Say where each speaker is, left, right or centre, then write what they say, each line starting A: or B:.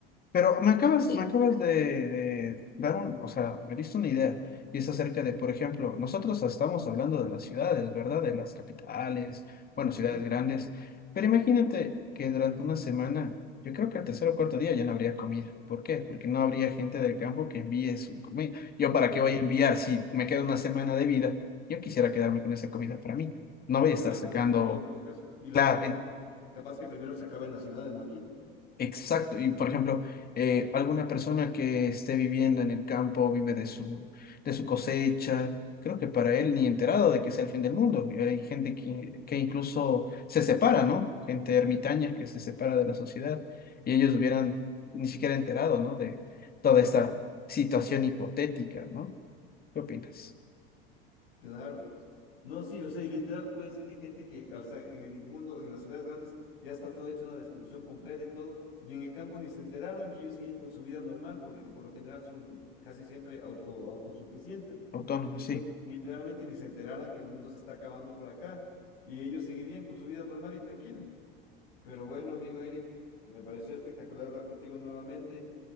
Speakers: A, on the left (about 30°); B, on the left (about 80°).
A: Pero me acabas, me Sí. acabas de, de dar un, o sea, me diste una idea. Y es acerca de, por ejemplo, nosotros estamos hablando de las ciudades, ¿verdad? De las capitales,
B: Ujú,
A: bueno, ciudades grandes. Pero imagínate que durante una semana, yo creo que el tercer o cuarto día ya no habría comida. ¿Por qué? Porque no habría gente del campo que envíe su comida. ¿Yo para
B: Que
A: qué
B: abastezca.
A: voy a enviar si me queda una semana de vida? Yo quisiera quedarme con esa comida para mí. No voy a estar
B: Claro,
A: sacando,
B: pues me la quedo por si acaso. Y lo
A: claro,
B: que piensas, capaz que primero se acaba en las ciudades, no aquí.
A: Exacto. Y por ejemplo, eh, alguna persona que esté viviendo en el campo, vive de su, de su cosecha, creo que para él ni enterado de que es el fin del mundo. Y hay gente que, que incluso se separa, ¿no? Gente ermitaña que se separa de la sociedad y ellos hubieran ni siquiera enterado, ¿no? De toda esta situación hipotética, ¿no? ¿Qué opinas?
B: Claro. No, sí, o sea, y literal puede ser que gente que, o sea, en el mundo, en las ciudades grandes, ya está todo hecho una destrucción completa y todo, y en el campo ni se enteraron y ellos siguen con su vida normal, porque por lo general son casi siempre auto, autosuficientes.
A: Autónomo,
B: Entonces,
A: sí.
B: literalmente ni se enteraran que el mundo se está acabando por acá, y ellos seguirían con su vida normal y tranquila. Pero bueno, amigo Eric, me pareció espectacular hablar contigo nuevamente.